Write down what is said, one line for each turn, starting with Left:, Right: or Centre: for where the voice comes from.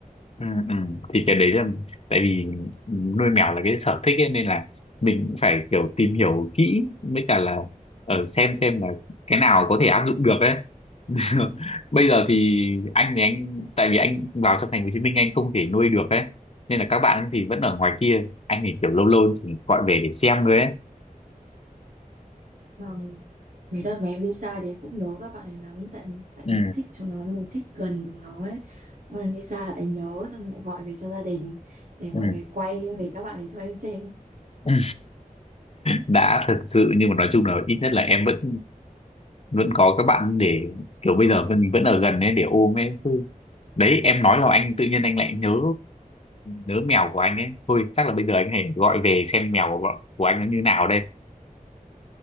Left: ừ, ừ. thì cái đấy là tại vì nuôi mèo là cái sở thích ấy, nên là mình cũng phải kiểu tìm hiểu kỹ với cả là ở xem xem là cái nào có thể áp dụng được ấy <laughs> bây giờ thì anh thì anh tại vì anh vào trong thành phố Hồ Chí Minh anh không thể nuôi được ấy nên là các bạn thì vẫn ở ngoài kia anh thì kiểu lâu lâu chỉ gọi về để xem thôi ấy
Right: Vâng, mấy đợt mà em đi xa thì em cũng nhớ các bạn ấy lắm tại tại
Left: ừ
Right: mình thích chúng nó mình thích gần chúng nó ấy mà lần đi xa lại nhớ xong rồi lại gọi về cho gia đình để mọi
Left: Ừ.
Right: người quay về các bạn ấy cho em xem
Left: Ừ. đã thật sự nhưng mà nói chung là ít nhất là em vẫn vẫn có các bạn để kiểu bây giờ mình vẫn ở gần ấy để ôm ấy chứ đấy em nói là anh tự nhiên anh lại nhớ nhớ mèo của anh ấy thôi chắc là bây giờ anh hãy gọi về xem mèo của, của anh nó như nào đây